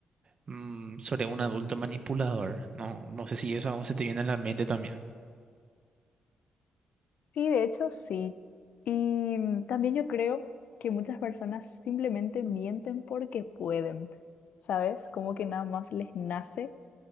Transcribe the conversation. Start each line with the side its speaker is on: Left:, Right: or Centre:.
Right: mm, sobre un adulto manipulador. No, no sé si eso aún se te viene a la mente también.
Left: Sí, de hecho, sí. Y mm, también yo creo que muchas personas simplemente mienten porque pueden, ¿sabes? Como que nada más les nace.